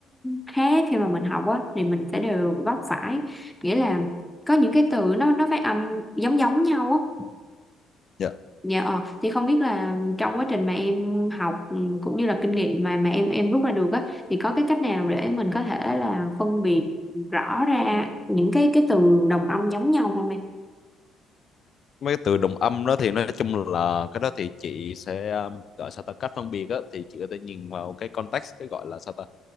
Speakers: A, in the centre; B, on the left.
A: khác khi mà mình học á thì mình sẽ đều vấp phải nghĩa là có những cái từ nó nó phát âm giống giống nhau á
B: Dạ.
A: Dạ ờ, thì không biết là trong quá trình mà em học ừ, cũng như là kinh nghiệm mà mà em em rút ra được á thì có cái cách nào để mình có thể là phân biệt rõ ra những cái cái từ đồng âm giống nhau không
B: mấy cái từ đồng âm đó thì nói chung là cái đó thì chị sẽ um, gọi sao ta cách phân biệt á thì chị có thể nhìn vào cái context cái gọi là sao ta